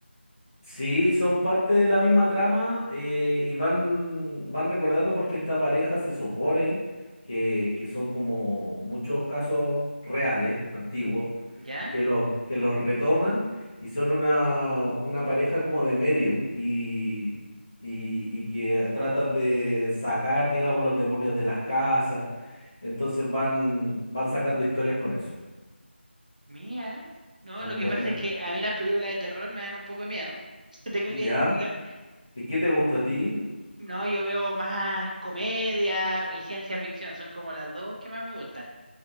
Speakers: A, on the left (about 15°); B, on the right (about 40°).
A: Sí, son parte de la misma trama eh, y van, van recordando porque esta pareja se supone que, que son como muchos casos reales, antiguos,
B: ¿Ya?
A: que los, que los retoman y son una, una pareja como de medium y, y, y que tratan de sacar, digamos, los demonios de las casas. Entonces van, van sacando historias con eso.
B: Mira. No,
A: Son
B: lo que
A: buenas.
B: pasa es que a mí las películas de terror me dan un poco de miedo. <laughs> Tengo
A: ¿Ya?
B: que decirlo.
A: ¿Y qué te gusta a ti?
B: No, yo veo más comedia y ciencia ficción, son como las dos que más me gustan.